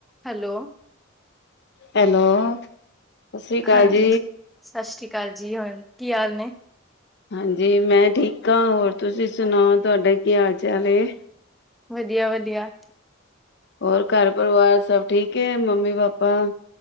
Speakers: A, in the centre; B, on the left.
A: Hello.
B: Hello. ਸਤਿ ਸ੍ਰੀ ਅਕਾਲ
A: ਹਾਂਜੀ,
B: ਜੀ
A: ਸਾਸਰੀ ਕਾਲ ਜੀ ਹੋਰ ਕੀ ਹਾਲ ਨੇ।
B: ਹਾਂਜੀ, ਮੈਂ ਠੀਕ ਆ ਹੋਰ ਤੁਸੀਂ ਸੁਣਾਓ ਤੁਹਾਡਾ ਕੀ ਹਾਲ ਚਾਲ ਏ।
A: ਵਧੀਆ-ਵਧੀਆ।
B: ਹੋਰ ਘਰ ਪਰਿਵਾਰ ਸਭ ਠੀਕ ਏ ਮੰਮੀ ਪਾਪਾ,